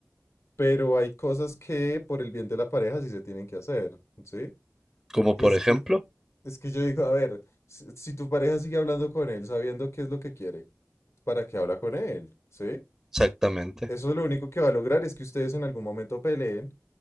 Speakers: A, on the left; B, in the centre.
A: pero hay cosas que por el bien de la pareja sí se tienen que hacer, ¿sí?
B: como
A: Y
B: por
A: es
B: ejemplo,
A: que, es que yo digo, a ver, si, si tu pareja sigue hablando con él sabiendo qué es lo que quiere, ¿para qué habla con él? ¿Sí?
B: exactamente.
A: Eso lo único que va a lograr es que ustedes en algún momento peleen